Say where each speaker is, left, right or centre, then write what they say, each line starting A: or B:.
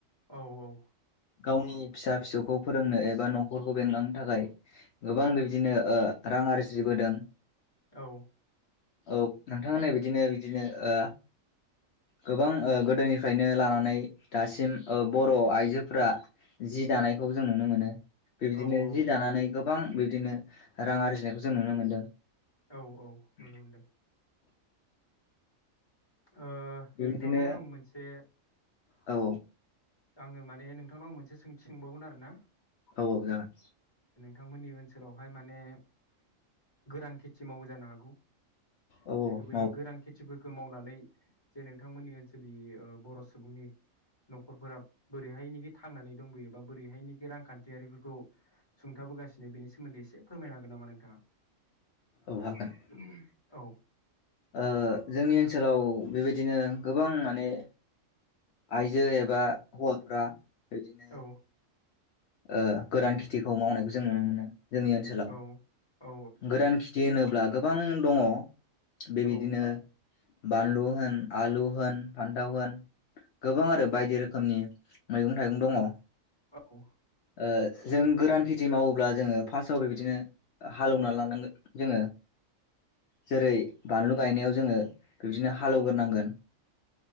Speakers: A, on the left (about 20°); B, on the left (about 60°).
A: औ औ
B: गावनि फिसा फिसौखौ फोरोंनो एबा न'खरखौ बेंलांनो थाखाय गोबां बिबादिनो ओ रां आरजिबोदों
A: औ
B: ओ नोंथां होन्नाय बायदिनो बिदिनो ओ गोबां ओ गोदोनिफ्रायनो लानानै दासिम ओ बर' आइजोफोरा जि दानायखौ जों नुनो मोनो बेबादिनो
A: औ
B: जि दानानै गो गोबां बिबदिनो रां आरजिनायखौ जों नुनो मोनदों <inaudible>
A: औ औ नुनो मोनदों ओ
B: बेबायदिनो
A: नोंथांनाव आं मोनसे
B: औ
A: आङो माने नोंथांनाव मोनसे सोंथि सोंबावगोन आरो ना
B: औ औ जागोन
A: थांमोननि ओनसोलावहाय माने गोरान खेथि मावो जानो हागौ
B: औ
A: जिहेतु
B: औ
A: बै
B: माव
A: गोरान खेथिफोर खो मावनानै जे नोंथांमोननि ओनसोलनि ओ बर' सुबुंनि न'खरफोरा बोरैहायनिखि थांनानै दंबोैयोबा बोरैहायनिखि रांखान्थियारिफोरखौ सुंथाबोगासिनो बेनि सोमोन्दै एसे फोरमायनो हागोन नामा नोंथाङा
B: औ हागोन
A: <unintelligible> औ
B: ओ जोंनि ओनसोलाव बेबायदिनो गोबां माने आयजो एबा हौवाफ्रा इदिनो
A: औ
B: ओ गोरान खिथिखौ मावनायखौ जों नुनो मोनो जोंनि ओनसोलाव
A: औ औ
B: गोरान खिथि होनो ब्ला गोबां दङ बेबिदिनो
A: औ
B: बानलु होन आलु होन फान्थाव होन गोबां आरो बायदि रो खोमनि मैगं थाइगं दङ
A: औ
B: ओ जों गोरान खेथि मावोब्ला जोङो फार्स्टआव बेबायदिनो हालेवना लानांगोन जोङो जेरै बानलु गायनायाव जोङो बिदिनो हालेवग्रोनांगोन